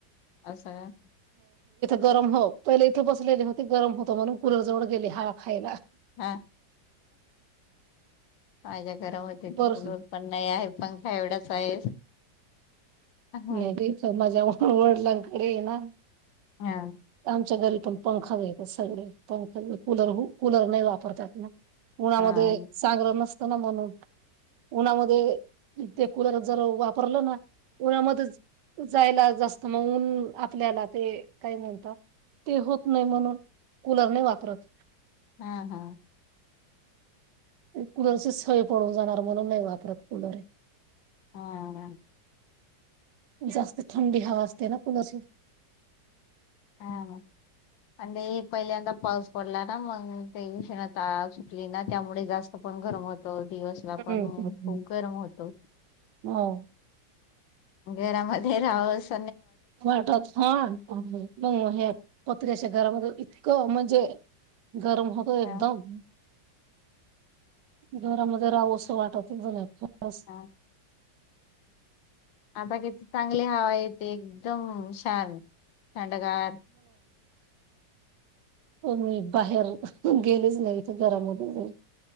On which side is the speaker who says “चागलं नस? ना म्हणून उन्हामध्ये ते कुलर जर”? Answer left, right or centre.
Right